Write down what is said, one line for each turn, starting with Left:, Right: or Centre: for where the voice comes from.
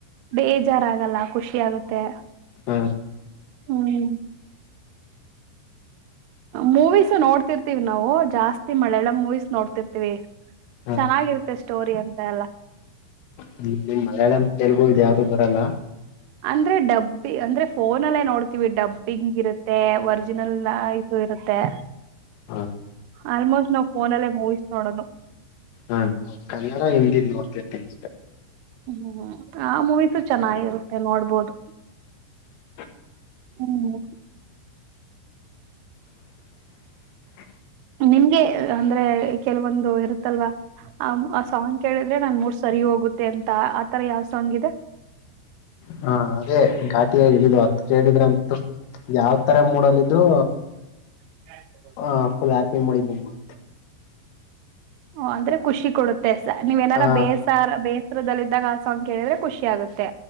Right: ಬೇಜಾರಾಗಲ್ಲ ಖುಷಿ ಆಗತ್ತೆ
Left: ಹ
Right: ಹ್ಮ್ ಮೂವೀಸೂ ನೋಡ್ತಿರ್ತಿವಿ ನಾವು ಜಾಸ್ತಿ ಮಳಿಯಾಳಂ ಮೂವೀಸ್ ನೋಡ್ತಿರ್ತಿವಿ
Left: ಹ
Right: ಚೆನ್ನಾಗಿರುತ್ತೆ ಸ್ಟೋರಿ ಅಂತ ಎಲ್ಲ
Left: ಹ್ಮ ನಿಮ್ ಮಲಯಾಳಂ ತೆಲುಗು ಇದ ಯಾವ್ದು ಬರಲ್ಲ
Right: ಅಂದ್ರೆ ಡಬ್ಬಿ ಅಂದ್ರೆ ಫೋನ ಅಲ್ಲೇ ನೋಡ್ತೀವಿ ಡಬ್ಬಿಂಗ್ ಇರುತ್ತೆ ಒರ್ಜಿನಲ್ ಇರುತ್ತೆ
Left: ಹ
Right: ಆಲ್ಮೋಸ್ಟ್ ನಾವು ಫೋನಲ್ಲೇ ಮೂವೀಸ್ ನೋಡೋದು
Left: ಹ ಕನ್ನಡ ಹಿಂದಿ ನೋಡ್ತಿರ್ತನ್
Right: ಹ್ಮ್ ಆ ಮೂವಸು ಚೆನ್ನಾಗಿರುತ್ತೆ ನೋಡ್ಬೋದು
Left: ಹ
Right: ಹ್ಮ್
Left: <inaudible>
Right: ನಿಮ್ಗೆ ಅಂದ್ರೆ ಕೆಲವೊಂದು ಇರುತ್ತಲ್ವಾ ಆ ಆ ಸಾಂಗ್ ಕೇಳಿದ್ರೆ ನನ್ ಮೂರ್ ಸರಿ ಹೋಗುತ್ತೆ ಅಂತ ಆತರ ಯಾವ್ ಸಾಂಗ್ ಇದೆ
Left: ಹ ಹ ಅದೇ ಘಾಟಿಯ ಇಳಿದು ಅತ್ ಕೇಳಿದ್ರಂತೂ ಯಾವ ತರ ಮೂಡಲ್ಿದ್ರು
Right: ಹ
Left: ಹಾ ಫುಲ್ ಹ್ಯಾಪಿ ಮಾಡಿ ಬ್ಬಡು
Right: ಓ ಅಂದ್ರೆ ಖುಷಿ ಕೊಡುತ್ತೆ ಸ ನೀವ್ ಏನಾರ
Left: ಹ
Right: ಬೇಸಾರ ಬೇ ಚಿತ್ರದಲ್ಲಿದ್ದಾಗ ಆಸಂಗ್ ಕೇಳಿದ್ರೆ ಖುಷಿ ಆಗುತ್ತೆ